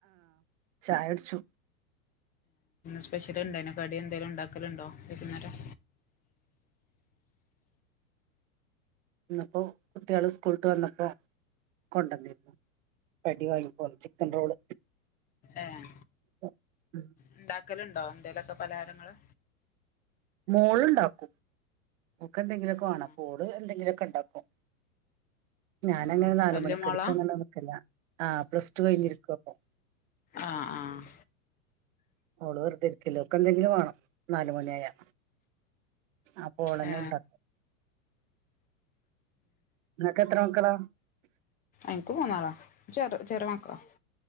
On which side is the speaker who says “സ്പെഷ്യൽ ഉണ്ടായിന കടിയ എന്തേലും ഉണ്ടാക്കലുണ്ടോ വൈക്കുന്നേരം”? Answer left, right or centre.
Left